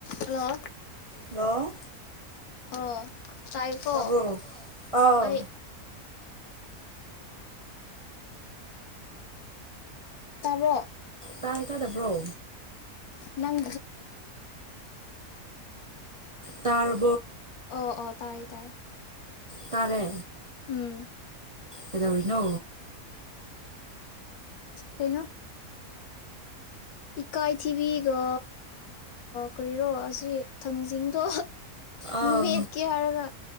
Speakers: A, on the left; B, on the right.
A: ꯍꯜꯂꯣ
B: ꯍꯜꯂꯣ
A: ꯑꯣ ꯇꯥꯏꯈꯣ
B: ꯇꯥꯕ꯭ꯔꯣ ꯑꯥꯎ
A: ꯑꯩ ꯇꯥꯕꯣ
B: ꯇꯥꯏ ꯀꯥꯗꯕ꯭ꯔꯣ
A: ꯅꯪ
B: ꯇꯔ
A: ꯑꯣ ꯑꯣ ꯇꯥꯏ ꯇꯥꯏ
B: ꯇꯔꯦ
A: ꯎꯝ
B: ꯑꯦꯗ ꯑꯣꯏꯅꯣ
A: ꯀꯩꯅꯣ ꯏꯀꯥꯏ ꯊꯤꯕꯤꯒ ꯀꯔꯤꯔꯣ ꯑꯁꯤ ꯊꯥꯡꯖꯤꯡꯗꯣ
B: ꯑꯥ
A: ꯃꯦꯠꯀꯦ ꯍꯥꯏꯔꯒ